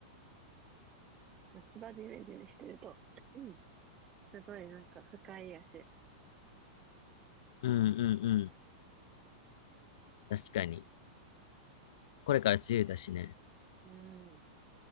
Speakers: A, on the right (about 20°); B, on the left (about 65°).
A: 夏場ジメジメしてると、うん、すごいなんか不快やし。
B: うんうんうん。確かに。これから梅雨だしね。
A: うん。